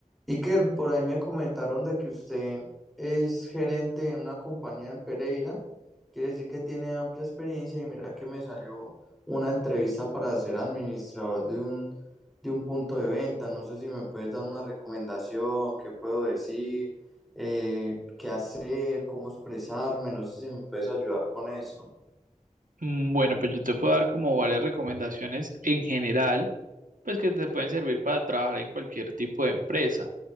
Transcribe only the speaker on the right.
Mm, Bueno, pues yo te puedo dar como varias recomendaciones en general, pues que te pueden servir para trabajar en cualquier tipo de empresa.